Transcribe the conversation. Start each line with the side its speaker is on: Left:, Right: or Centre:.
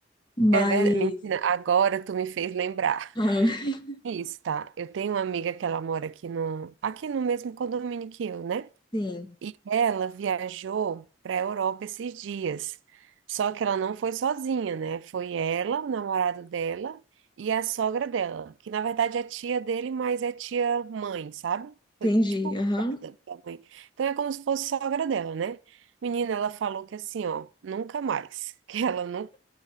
Left: <laughs> mais...
Right: é verdade. Menina, agora tu me fez lembrar.
Left: <laughs>
Right: Isso, tá? Eu tenho uma amiga que ela mora aqui no, aqui no mesmo condomínio que eu, né?
Left: Sim.
Right: E ela viajou para a Europa esses dias. Só que ela não foi sozinha, né? Foi ela, o namorado dela e a sogra dela, que na verdade é tia dele, mas é tia mãe, sabe?
Left: Entendi.
Right: Foi tipo
Left: Aham.
Right: criada pela mãe. Então é como se fosse sogra dela, né? Menina, ela falou que assim, ó, nunca mais, <laughs> que ela não